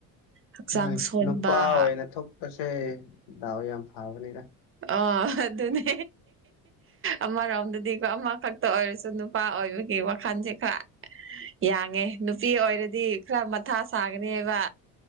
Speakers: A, on the right (about 35°); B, on the left (about 80°).
A: ꯍꯛꯆꯥꯡ
B: ꯍꯣꯏ
A: ꯁꯣꯟꯕ
B: ꯅꯨꯄꯥ ꯑꯣꯏꯅ ꯊꯣꯛꯄꯁꯦ ꯗꯥꯎ ꯌꯥꯝ ꯐꯕꯅꯤꯗ
A: ꯑ ꯑꯗꯨ ꯑꯗꯨꯅꯦ ꯑꯃꯔꯣꯝꯗꯗꯤꯀꯣ ꯑꯃꯈꯛꯇ ꯑꯣꯏꯔꯁꯨ ꯅꯨꯄꯥ ꯑꯣꯏꯕꯒꯤ ꯋꯥꯈꯜꯁꯦ ꯈꯔ ꯌꯥꯡꯉꯦ ꯅꯨꯄꯤ ꯑꯣꯏꯔꯗꯤ ꯈꯔ ꯃꯊꯥ ꯁꯥꯒꯅꯤ ꯍꯥꯏꯕ